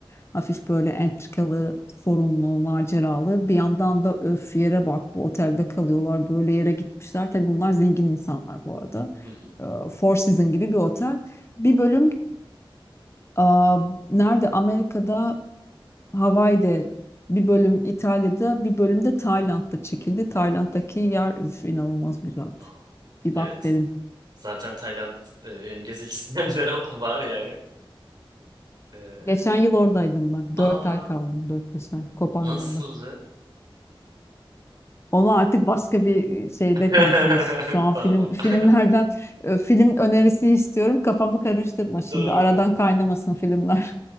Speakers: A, on the left (about 30°); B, on the right (about 50°).
A: hafif böyle entrikalı, sorunlu, maceralı. Bir yandan da öf yere bak bu otelde kalıyorlar, böyle yere gitmişler. Tabii bunlar zengin insanlar bu arada.
B: Hı hı.
A: E, Four Seasons gibi bir otel. Bir bölüm e, nerede? Amerika'da Hawaii'de bir bölüm İtalya'da bir bölüm de Tayland'da çekildi. Tayland'daki yer üf, inanılmaz güzeldi.
B: Aa,
A: Bir
B: Evet.
A: bak derim.
B: Zaten Tayland e, benim gezi listemde <laughs> var yani. Ee,
A: Geçen yıl oradaydım ben.
B: aa
A: Dört ay kaldım. Dört beş ay. Koh Phangan'da.
B: nasıldı?
A: Onu artık başka bir şeyde
B: <laughs>
A: konuşuruz. Şu an
B: Tamam.
A: film filmlerden
B: <laughs>
A: e, film önerisi istiyorum. Kafamı karıştırma şimdi.
B: Doğru.
A: Aradan kaynamasın filmler.